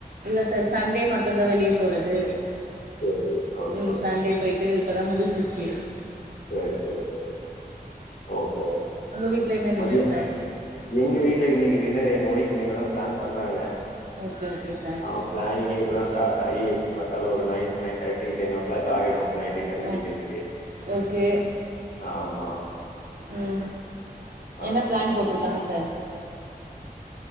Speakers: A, on the right; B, on the left.
A: இல்ல சார் சண்டே மட்டுந்தா வெளிய போறது.
B: சரி ஓகே.
A: உம் சண்டே போயிட்டு. இப்போ தா முடிஞ்சிச்சு.
B: சேரி சேரி சேரி, ஓகே
A: உங்க வீட்ல என்ன டின்னர்
B: மதியம்
A: சார்
B: எங்க வீட்ல இன்னைக்கு டின்னர் எங்க ஒய்ஃப். என்னங்க மேடம். ப்ளான் பண்றாங்க,
A: ஓகே ஓகே சார்
B: அ ப்ளானிங்கே இப்பதா ஸ்டார்ட் ஆகிப் ப்ரிப்பர். தாலு ஒரு nine nine thirty ten o'clock ஆயிடு நைட் டின்னர் முடிக்கிறதுக்கு.
A: ஓகே ஓகே,
B: ஆமா
A: ம்.
B: ஆ
A: என்ன ப்ளான் போட்ரு ட்டாங்க சார்.